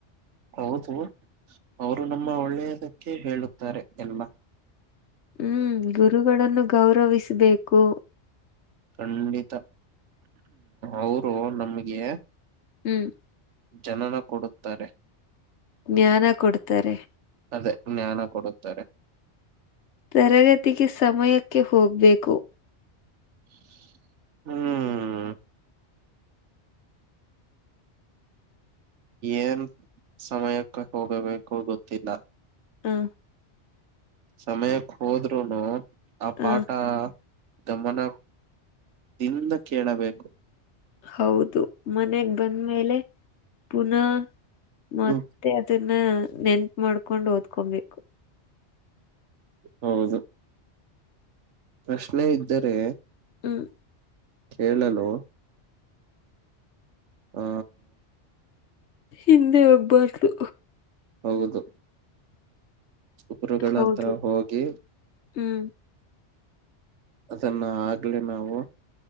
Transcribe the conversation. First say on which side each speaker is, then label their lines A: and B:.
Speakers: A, on the right (about 85°); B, on the left (about 75°).
A: ಹೌದು ಅವರು ನಮ್ಮ ಒಳ್ಳೆಯದಕ್ಕೆ ಹೇಳುತ್ತಾರೆ. ಎಲ್ಲ,
B: ಹ್ಮ್ ಗುರುಗಳನ್ನು ಗೌರವಿಸಬೇಕು.
A: ಖಂಡಿತ್ ಅವರು ನಮ್ಗೆ,
B: ಹ್ಮ್.
A: ಜನನ ಕೊಡುತ್ತಾರೆ.
B: ಜ್ಞಾನ ಕೊಡ್ತಾರೆ
A: ಅದೇ ಜ್ಞಾನ ಕೊಡುತ್ತಾರೆ.
B: ತರಗತಿಗೆ ಸಮಯಕ್ಕೆ ಹೋಗ್ಬೇಕು.
A: ಹ್ಮ್. ಏನ್ ಸಮಯಕ್ಕೆ ಹೋಗಬೇಕು. ಗೊತ್ತಿಲ್ಲ,
B: ಹ್ಮ.
A: ಸಮಯಕ್ಕೆ ಹೋದ್ನು ಆ ಪಾಠ
B: ಹ
A: ಗಮನ, ನಿಂದ್ ಕೇಳಬೇಕು.
B: ಹೌದು. ಮನೆಗ್ ಬಂದ್ಮೇಲೆ ಪುನಃ ಮತ್ತೆ
A: ಹ್ಮ್
B: ಅದನ್ನ, ನೆನ್ಪು ಮಾಡ್ಕೊಂಡು ಓದ್ಕೊಬೇಕು.
A: ಹೌದು. ಪ್ರಶ್ನೆ ಇದ್ದರೆ,
B: ಹ್ಮ್,
A: ಕೇಳಲು, ಹಾ,
B: ಹಿಂದೆ ಹೋಗ್ಬಾರ್ದು.
A: ಹೌದು ಗುರುಗಳ
B: ಹೌದು
A: ಹತ್ರ ಹೋಗಿ,
B: ಹ್ಮ್.
A: ಅದನ್ನ ಆಗ್ಲೇ ನಾವು